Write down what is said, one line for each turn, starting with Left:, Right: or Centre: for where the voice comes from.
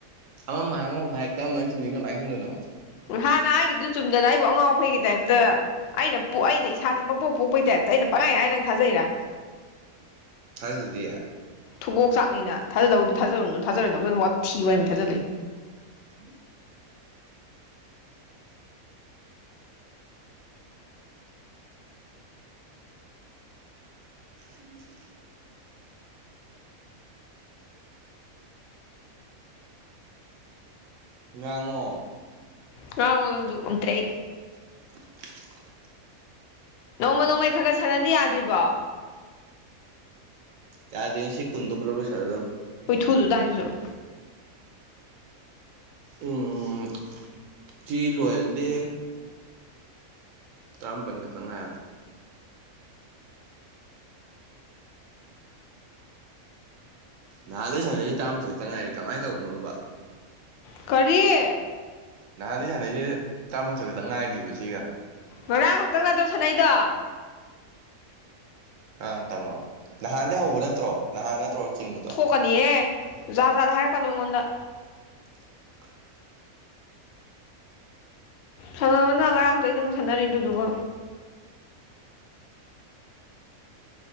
Right: ꯑꯃꯃꯨꯛ ꯍꯥꯏ ꯑꯃꯃꯨꯛ ꯍꯥꯏ ꯀꯔꯝꯕꯅ ꯆꯨꯝꯃꯤ ꯀꯃꯥꯏꯅ ꯈꯪꯗꯣꯏꯅꯣ
Left: ꯏꯍꯥꯟꯅ ꯍꯥꯢꯒꯤꯕꯗꯨ ꯆꯨꯝꯗꯅ ꯑꯩꯕꯨ ꯑꯉꯥꯎ ꯑꯐꯩꯒꯤ ꯇꯥꯏꯞꯇ ꯑꯩꯅ ꯄꯣꯛ ꯑꯩꯅ ꯏꯁꯥꯁꯦ ꯄꯪꯄꯣꯛ ꯄꯣꯛꯄꯒꯤ ꯇꯥꯏꯞꯇ ꯑꯩꯅ ꯄꯪꯈꯥꯏ ꯍꯥꯏ ꯅꯪ ꯊꯥꯖꯩꯔꯥ
Right: ꯊꯥꯖꯗꯗꯤ
Left: ꯊꯨꯒꯣꯛ ꯆꯥꯛꯅꯤꯅ ꯊꯥꯖꯗꯧꯗ ꯊꯥꯖꯔꯨꯅꯣ ꯊꯥꯖꯔꯣꯏꯗꯕ ꯐꯖꯅ ꯋꯥꯊꯤ ꯋꯥꯔꯦꯝꯅꯤꯅ ꯊꯥꯖ ꯂꯩ
Right: ꯎꯝ <unintelligible> ꯎꯝ <unintelligible> ꯉꯥꯡꯉꯣ
Left: ꯉꯥꯡꯉꯣ ꯅꯪꯁꯨ ꯉꯥꯝꯇꯔꯦ
Right: <unintelligible>
Left: ꯅꯣꯡꯃ ꯅꯣꯡꯃꯩ ꯈꯔ ꯈꯦ ꯁꯥꯟꯔꯗꯤ ꯌꯥꯗ꯭ꯔꯤꯕꯣ
Right: ꯌꯥ ꯁꯤ ꯀꯨꯟꯗ ꯄꯨ ꯂꯧꯒꯂꯣ ꯁꯔꯗꯗꯝ
Left: ꯍꯣꯏ ꯊꯨꯗ ꯇꯗꯥꯗꯨꯗꯣ
Right: ꯎꯝ ꯐꯤ ꯂꯗꯦ ꯇ꯭ꯔꯝ ꯄꯟ ꯀ ꯇꯉ <unintelligible> <inaudible> ꯅꯍꯥꯟꯋꯥꯣꯏ ꯁꯥꯟꯅꯔꯤꯩ ꯇꯔꯥꯃꯊꯣꯏ ꯇꯪꯉꯥꯏꯔꯤ ꯀꯃꯥꯏ ꯇꯧꯕꯅꯣꯕ
Left: ꯀꯔꯤꯦ
Right: ꯅꯍꯥꯟꯗꯩ ꯁꯥꯟꯅꯩꯁꯦ ꯇꯔꯥꯃꯥꯊꯣꯏ ꯈꯛꯇ ꯉꯥꯏꯔꯤꯕ ꯁꯤꯒ
Left: ꯉꯥꯡ ꯈꯛꯇꯪ ꯅ ꯑꯗꯨꯧ ꯁꯥꯟꯅꯩꯗꯣ
Right: ꯑꯪꯇꯪꯅꯣ ꯅꯍꯥꯟꯗꯒꯤꯩ ꯍꯧꯕ ꯅꯠꯇ꯭ꯔꯣ ꯅꯍꯥꯟ ꯅꯠꯇ꯭ꯔꯣ ꯆꯤꯡꯕꯗꯣ
Left: ꯊꯣꯛꯀꯅꯤꯍꯦ ꯖꯥꯠꯖꯥꯠꯗ ꯍꯥꯏꯔꯛꯀꯅꯨ ꯑꯩꯉꯣꯟꯗ
Right: <unintelligible> <unintelligible>
Left: ꯁꯥꯟꯅꯕꯅ ꯉꯔꯥꯡꯇ ꯑꯗꯨꯪ ꯁꯥꯟꯅꯔꯤꯗꯨꯗꯨꯒꯣ